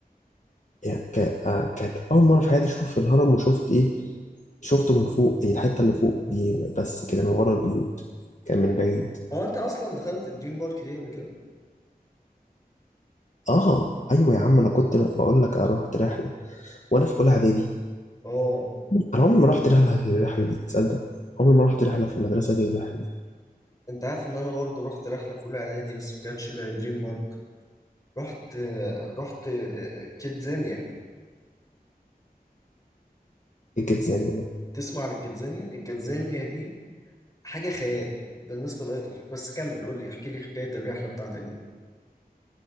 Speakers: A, on the left; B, on the left.
A: يعني ك- آه، كانت أول مرة في حياتي أشوف الهرم وشفت إيه شفته من فوق إيه، الحتة اللي فوق دي بس كده من ورا البيوت كان من بعيد
B: هو انت اصلا دخلت الدريم بارك دي قبل كده؟
A: اه ايوه يا عم انا كنت بقول لك رحت رحله وانا في اولى اعدادي
B: اه
A: انا عمري ما رحت رحله غير الرحله دي تصدق عمري ما رحت رحله في المدرسه غير الرحله دي
B: انت عارف ان انا برضه رحت رحلة في اولى اعدادي بس ما كانتش لدريم بارك رحت رحت كيدزانيا
A: ايه كده زي ما أنا.
B: تسمع عن الكيدزانيا الكيدزانيا دي حاجة خيال بالنسبة لأي طفل بس كمل قول لي احكي لي حكاية الرحلة بتاعتك دي